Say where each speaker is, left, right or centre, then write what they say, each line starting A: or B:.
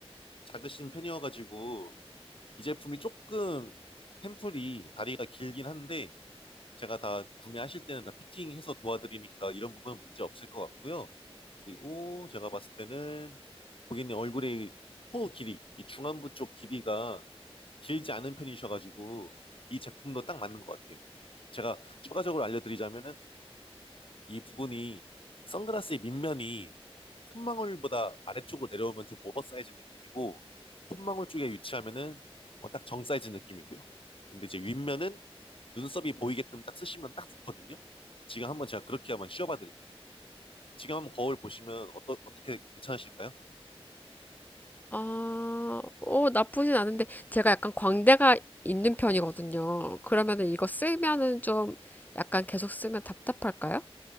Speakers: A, on the left; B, on the left.
A: 작으신 편이어가지고 이 제품이 조금 템플이 다리가 길긴 한데 제가 다 구매하실 때는 다 피팅해서 도와드리니까 이런 부분은 문제 없을 것 같고요. 그리고 제가 봤을 때는 고객님 얼굴의 코 길이, 이 중안부 쪽 길이가 길지 않은 편이셔가지고 이 제품도 딱 맞는 것 같아요. 제가 추가적으로 알려드리자면은 이 부분이 선글라스의 밑면이 콧망울보다 아래쪽으로 내려오면 좀 오버사이즈 느낌이고 콧망울 쪽에 위치하면은 어, 딱 정사이즈 느낌이고요. 근데 이제 윗면은 눈썹이 보이게끔 딱 쓰시면 딱 좋거든요. 지금 한번 제가 그렇게 한번 씌워봐 드릴게요. 지금 한번 거울 보시면 어떠, 어떻게 괜찮으실까요?
B: 아, 어, 나쁘진 않은데 제가 약간 광대가 있는 편이거든요. 그러면은 이거 쓰면은 좀 약간 계속 쓰면 답답할까요?